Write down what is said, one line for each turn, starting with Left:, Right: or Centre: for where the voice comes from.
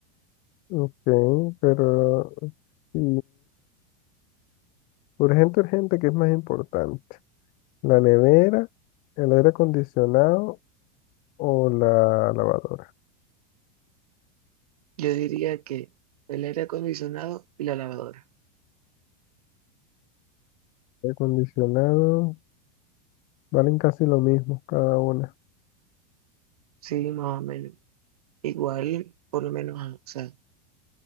Left: Ok, pero sí, Urgente, urgente, ¿qué es más importante? ¿La nevera, el aire acondicionado o la lavadora?
Right: Yo diría que el aire acondicionado y la lavadora.
Left: Aire acondicionado, valen casi lo mismo cada una.
Right: Sí, más o menos. Igual, por lo menos, ah, o sea,